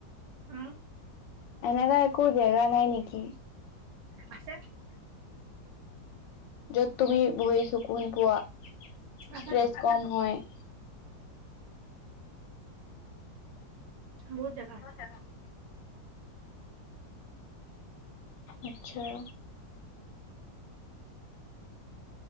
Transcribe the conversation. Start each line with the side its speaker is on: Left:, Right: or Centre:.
Right: উম
Left: এনেকা একো জেগা নাই নেকি?
Right: আছে।
Left: য'ত তুমি বহি চকোন পোৱা ষ্ট্ৰেছ
Right: আছেতো
Left: কম হয়।
Right: বহুত জাগা
Left: <unintelligible> আচ্ছা',